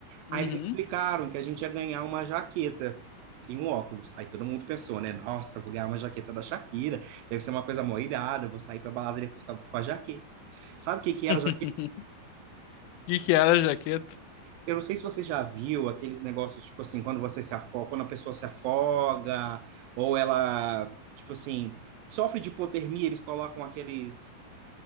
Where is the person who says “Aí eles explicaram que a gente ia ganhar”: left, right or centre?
Right